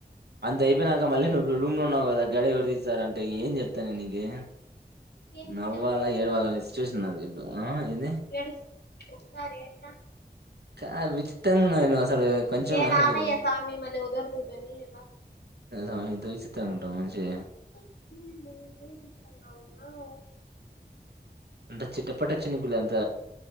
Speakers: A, on the right; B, on the left.
A: అంత అయిపోయినాక మళ్ళీ నువ్వు ఇప్పుడు రూమ్ లో ఉన్నావు కదా గడి ఎవరి తీస్తార అంటే ఏం చెప్తను నీకు
B: ఏమి
A: నవ్వాల
B: చెప్పాకు
A: ఎడ్వాల అనే సిచువేషన్ నాది ఇప్పుడు ఆ ఏంది
B: ఏడుస్ ఒకసారి ఏడ్చ
A: చాలా విచిత్రంగా ఉన్నా నేను కొంచెం
B: ఏ
A: అసలు
B: రావయ్య స్వామి మళ్ళీ వదరదు కాని రా
A: ద ఇంతో విచిత్రం అనుకుంటా మనిషి
B: <inaudible>
A: అంత చిటపట చినుకులే అంత